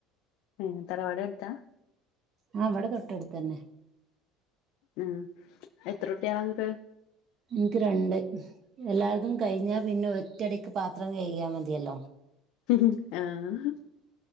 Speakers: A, on the left; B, on the right.
A: ഉം തറവാട് എടുത്താ
B: ആഹ് ഇവടെ തൊട്ടെടുത്തന്നെ
A: ഉം എത്ര കുട്ടിയാള ഇങ്ങക്ക്
B: എനിക്ക് രണ്ട് എല്ലാർതും കഴിഞ്ഞാ പിന്നെ ഒറ്റയടിക്ക് പാത്രം കഴികിയാ മതിയല്ലോ
A: ഹ് ഉം അഹ്